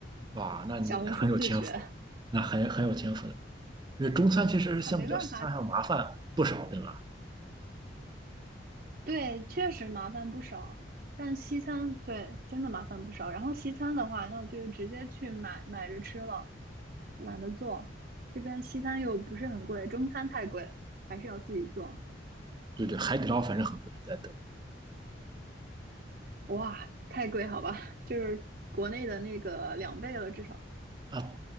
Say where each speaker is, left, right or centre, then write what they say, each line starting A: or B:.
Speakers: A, on the right; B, on the right.
A: 哇，那你很有天赋，
B: 小红书自学
A: 那很很有天赋的。因为中餐其实相比较西餐还要麻烦不少，
B: 啊，没办法。
A: 对吧？
B: 对，确实麻烦不少。但西餐，对，真的麻烦不少。然后西餐的话，那我就直接去买买着吃了，懒得做。这边西餐又不是很贵，中餐太贵，还是要自己做。
A: 对对，海底捞反正很贵，在德
B: 哇，太贵，好吧，就是国内的那个两倍了，至少
A: 国啊，